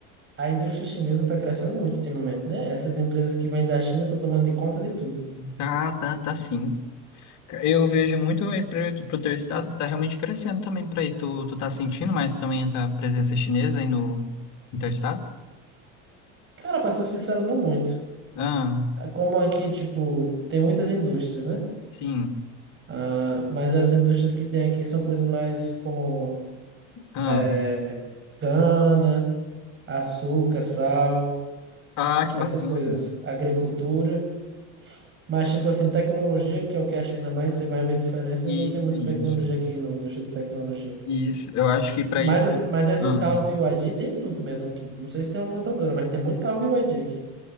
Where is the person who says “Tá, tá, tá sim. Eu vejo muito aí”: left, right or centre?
Left